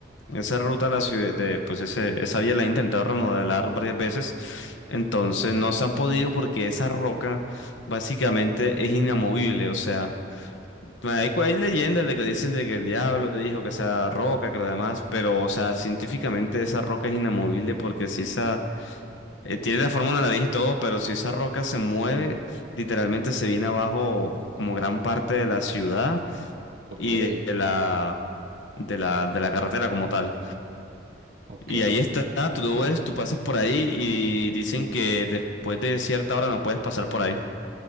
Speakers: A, on the left (about 85°); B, on the right (about 50°).
A: esa ruta a la ciudad, de, pues ese, esa vía la han intentado remodelar varias veces, entonces no se han podido porque esa roca básicamente es inamovible, o sea, hay, cu- hay leyendas de que dicen de que el diablo dijo que esa roca, que lo demás, pero o sea, científicamente esa roca es inamovible porque si esa, eh, tiene la forma de una nariz y todo, pero si esa roca se mueve, literalmente se viene abajo como gran parte de la ciudad
B: <laughs>
A: y
B: ok,
A: de la, de la, de la carretera como tal.
B: ok.
A: Y ahí está, tú lo ves, tú pasas por ahí y dicen que después de cierta hora no puedes pasar por ahí.